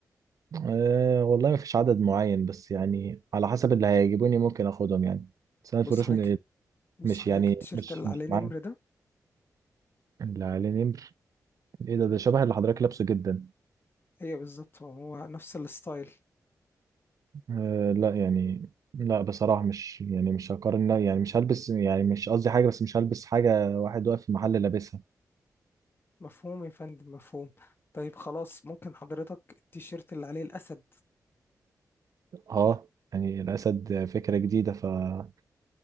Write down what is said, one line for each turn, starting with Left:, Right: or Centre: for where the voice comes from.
Right: أه والله ما فيش عدد معين بس يعني على حسب اللي هيجيبوني ممكن اخدهم يعني بس انا
Left: بص
Right: الفروش
Left: حضرتك بص
Right: مش
Left: حضرتك
Right: يعني
Left: التيشيرت
Right: مش
Left: اللي
Right: مش
Left: عليه نمر
Right: معايا
Left: ده
Right: اللي عليه نمر ايه ده ده شبه اللي حضرتك لابسه جدا
Left: ايوه بالظبط هو هو نفس الستايل
Right: آه لا يعني لا بصراحة مش يعني مش هقارن لا يعني مش هلبس يعني مش قصدي حاجة بس مش هلبس حاجة واحد واقف في محل لابسها
Left: مفهوم يا فندم مفهوم طيب خلاص ممكن حضرتك التيشيرت اللي عليه الأسد
Right: اه يعني الأسد فكرة جديدة فهو